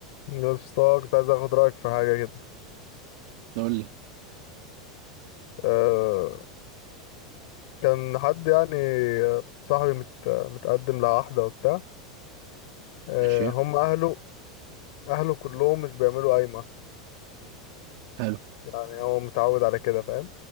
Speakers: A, on the left; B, on the right.
A: يا اسطى كنت عايز اخد رايك في حاجه كده
B: نقول لي
A: أه كان حد يعني آه، صاحبي مت متقدم لواحده وبتاع أه
B: ماشي
A: هم اهله اهله كلهم مش بيعملوا قايمه
B: حلو
A: يعني هو متعود على كده فاهم